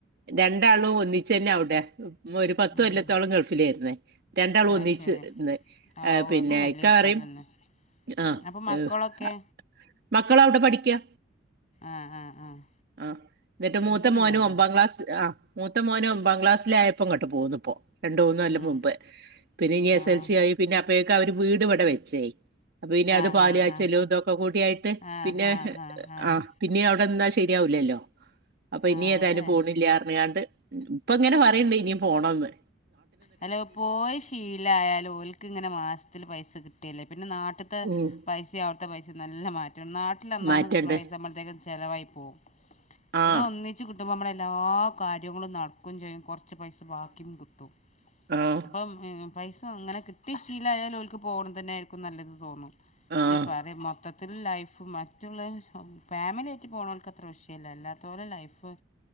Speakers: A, on the right; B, on the left.
A: രണ്ടാളും ഒന്നി ചെന്നെഅവടെെ ഒരു പത്തൊ
B: ഉം
A: ല്ലത്തോളം ഗൾഫ് പ്പിലായിന്നേ രണ്ടാളും
B: അത്
A: ഒന്നച്ച്ന്ന്ർ
B: ശരി ആവു
A: ആ പിന്നെ
B: അതും വലിയ
A: ഇക്കാ
B: കിട്ടലന്നെ
A: പറയും. ആഹ
B: ഉം അപ്പൊ മക്കളൊക്കെ
A: ഏ് അ മക്കളവടെ പഠിക്ക്വ.
B: ആഹ് ആഹ് ആഹ്
A: ആഹ് ന്നട്ട് മൂത്തമോനും
B: അതന്നെ നല്ലത്
A: ഒമ്പാം ക്ലാസ് ആഹ്! മൂത്ത മോനും ബംഗക്ലാസിലയപ്പം ഇങ്ങട്ട്പോന്ന്പ്പോ രണ്ടുന്നൊല്ലം
B: ഉം
A: മുമ്പ്, പിന്നെ ഇ എസ്
B: ആഹ്
A: എൽ സ ആയി പിന്നെ അപ്പൊക്കെ അവര് വീട് ഇവിടെ വെച്ചേയ്. അപ്പൊ പിന്നെ
B: ആഹ്
A: അത് പാല്
B: ആഹ്
A: കാച്ചലും
B: ആഹ്
A: കൊക്കോകൂടിയായിട്ട്പിന്നെ,
B: ആഹ് ആഹ്
A: അ്
B: ആഹ് ആഹ്
A: ആ പിന്നെ അവിടെന്നാ ശരിയാവൂലല്ലോ? അപ്പൊ ഇനി
B: ആഹ്
A: ഏതായാലും
B: അതന്നെ
A: പോണില്ല്യഅറിഞിങ്ങാണ്ട് ഇപ്പ ഇങ്ങനെ പറയ്ണ്ട്ഇനിയും പോണന്ന്
B: ഹലോ പോയി ശീലായയാലഓൽ ക്ക്ഇങ്ങനെ മാസത്തിൽ പൈസ കിട്ടില്ലേ പിന്നെ നാട്ത്തെ
A: ഉം
B: പൈസയും അവിടുത്തെ പൈസയും നല്ല മാറ്റ എനാട്ടിൽനന്നാന്ന്
A: മാറ്റണ്ട്
B: കിട്ടണ പൈസ മളത്തേക്കും ചെലവായി പോവും
A: ആഹ്
B: ഇത് ഒന്നിച്ച് കി കിട്ടുമ്പോൾ നമ്മളല്ലാ കാര്യങ്ങളും നടക്കുംചെയ്യും കൊറച്ച് പൈസ ബാക്കിയും കിട്ടും.
A: ആഹ.
B: അപ്പം പൈസ അങ്ങനെ കിട്ടി ശീലായാലു ഓൽക്ക് പോണതന്നെ ആയിരിക്കും നല്ലത് തോന്നും.
A: ആഹ്
B: സ പറ മൊത്തത്തിൽ ലൈഫ് മറ്റുള്ളര് ഫാമിലി ആയിട്ട് പേണോൽക്ക് അത്ര വിഷയല്ലാ അല്ലാത്തോലെ ലൈഫ്?